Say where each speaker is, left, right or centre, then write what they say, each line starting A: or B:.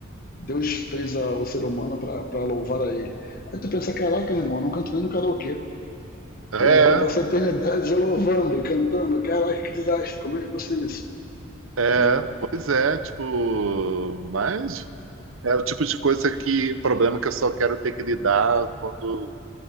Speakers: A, on the left; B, on the right.
A: Deus fez a- o ser humano para louvar a ele. Aí tu pensa, caraca, irmão, eu não canto nem no karaokê.
B: É,
A: Eu vou passar a eternidade louvando, cantando. Caraca, que desastre, como é que eu vou ser isso?
B: é,
A: Entendeu?
B: pois é, tipo, mas é o tipo de coisa que, problema que eu só quero ter que lidar quando